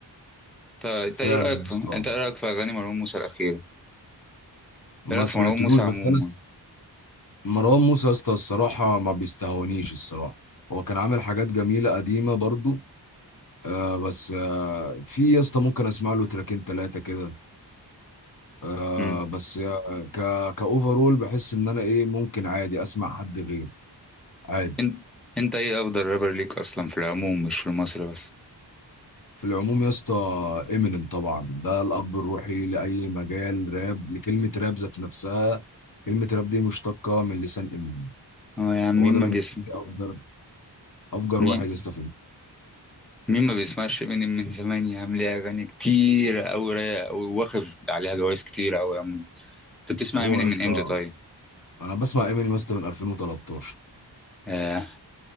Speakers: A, in the centre; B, on the left (about 50°).
A: طيب انت
B: فعلا
A: ايه رايك
B: يا
A: في
B: اسطى
A: انت ايه رايك في اغاني مروان موسى الاخيره
B: ما
A: ايه رايك
B: سمعتلوش
A: في مروان موسى عموما
B: بس انا س... مروان موسى يا اسطى الصراحه ما بيستهونيش الصراحه هو كان عامل حاجات جميله قديمه برضو آه بس آه في يا اسطى ممكن اسمع له تراكين ثلاثه كده آه
A: امم
B: بس آه ك كاوفرول بحس ان انا ايه ممكن عادي اسمع حد غيره عادي
A: انت انت ايه افضل رابر ليك اصلا في العموم مش في مصر بس
B: في العموم يا اسطى امينيم طبعا ده الاب الروحي لاي مجال راب لكلمه راب ذات نفسها كلمه راب دي مشتقه من لسان امينيم
A: اه يا عم
B: هو
A: مين
B: ده
A: ما
B: بالنسبه
A: بيسمع
B: لي افجر افجر
A: مين
B: واحد يا اسطى في ال-
A: مين ما بيسمعش امينيم من زمان يا عم ليه اغاني كتير قوي رايقه قوي واخد عليها جوايز كتير قوي يا عم انت بتسمع
B: هو
A: امينيم
B: يا اسطى
A: من امتى طيب
B: انا بسمع امينيم يا اسطى من 2013
A: آه